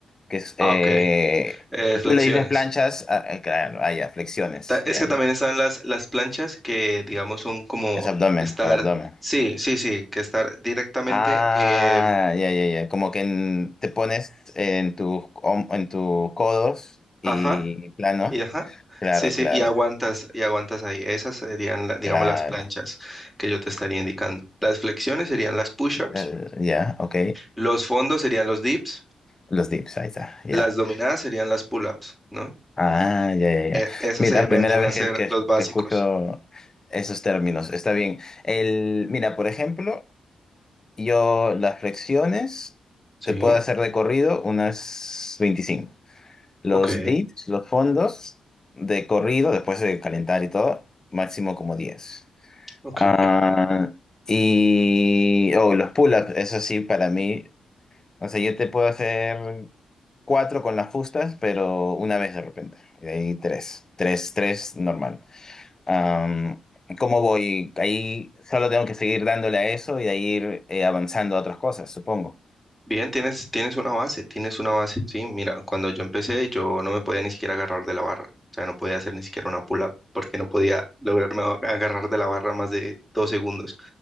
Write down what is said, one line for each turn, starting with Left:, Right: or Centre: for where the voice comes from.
Left: que es,
Centre: Ah,
Left: eh,
Centre: ok. Eh, flexiones.
Left: tú le dices planchas, a- eh, claro, ah, ya, flexiones,
Centre: Ta-
Left: ya,
Centre: Es que
Left: ya.
Centre: también están las, las planchas que, digamos, son como
Left: Es abdomen,
Centre: estar,
Left: para abdomen.
Centre: sí, sí, sí, que estar directamente,
Left: Ah,
Centre: eh,
Left: ya, ya, ya. Como que en- te pones en tus hom- en tus codos y
Centre: ajá,
Left: plano.
Centre: y ajá,
Left: Claro,
Centre: sí, sí,
Left: claro,
Centre: y aguantas, y aguantas ahí. Esas serían, la- digamos,
Left: claro.
Centre: las planchas que yo te estaría indicando. Las flexiones serían las push-ups,
Left: Eh, Ya, ok.
Centre: los fondos serían los dips,
Left: Los dips, ahí está, ya.
Centre: las dominadas serían las pull-ups, ¿no?
Left: Ah, ya, ya, ya.
Centre: E- esas
Left: Mira,
Centre: se vendrían
Left: primera vez
Centre: a ser
Left: que, que-
Centre: los básicos.
Left: que escucho esos términos. Está bien. El, mira, por ejemplo, yo las flexiones
Centre: Sí,
Left: te puedo hacer de corrido unas 25. Los
Centre: ok.
Left: dips, los fondos de corrido, después de calentar y todo, máximo como 10.
Centre: Ok,
Left: Ah, y oh, los pull-ups, eso sí, para mí. O sea, yo te puedo hacer cuatro con las fustas, pero una vez de repente. Y de ahí tres. Tres, tres, normal. Am, ¿cómo voy? Ahí solo tengo que seguir dándole a eso y de ahí ir eh, avanzando a otras cosas, supongo.
Centre: bien, tienes, tienes una base, tienes una base, sí, mira, cuando yo empecé yo no me podía ni siquiera agarrar de la barra, o sea, no podía hacer ni siquiera una pull-up porque no podía lograrme a- agarrar de la barra más de dos segundos,